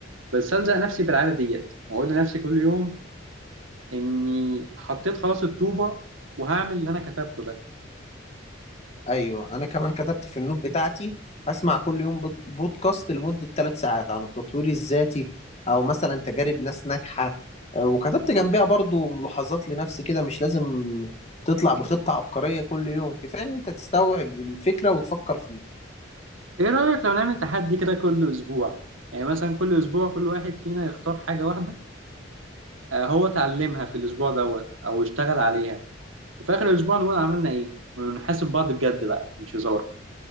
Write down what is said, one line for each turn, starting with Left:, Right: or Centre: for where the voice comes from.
Right: بس الزق نفسي بالعاده ديت واقول لنفسي كل يوم اني حطيت خلاص الطوبه وهعمل اللي انا كتبته ده
Left: أيوه أنا كمان كتبت في النوت بتاعتي هسمع كل يوم بود- بودكاست لمدة ثلاث ساعات عن التطوير الذاتي أو مثلا تجارب ناس ناجحة آه، وكتبت جنبها برضو ملاحظات لنفسي كده مش لازم تطلع بخطة عبقرية كل يوم كفاية إن أنت تستوعب الفكرة وتفكر فيها
Right: ايه رأيك لو نعمل تحدي كده كل اسبوع يعني مثلا كل اسبوع كل واحد فينا يختار حاجة واحدة آه، هو اتعلمها في الاسبوع دوت او اشتغل عليها وفي اخر الاسبوع نقول عملنا ايه ونحاسب بعض بجد بقى مش هزار